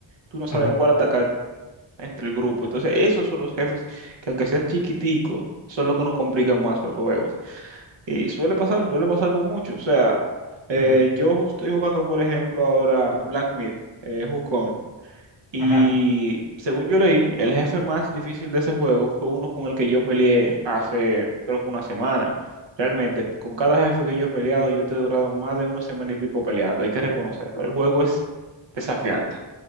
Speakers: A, on the right; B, on the left.
A: tú no sabes
B: Ajá,
A: a cuál atacar entre el grupo. Entonces, esos son los jefes que aunque sean chiquiticos, son los que nos complican más los juegos. Y suele pasar, suele pasar con muchos. O sea, eh,
B: ajá,
A: yo ju- estoy jugando, por ejemplo, ahora Black Myth, eh, Wukong. Y
B: ajá.
A: según yo leí, el jefe más difícil de ese juego fue uno con el que yo peleé hace, creo que una semana. Realmente, con cada jefe que yo he peleado, yo te he durado más de una semana y pico peleando, hay que reconocerlo. El juego es desafiante.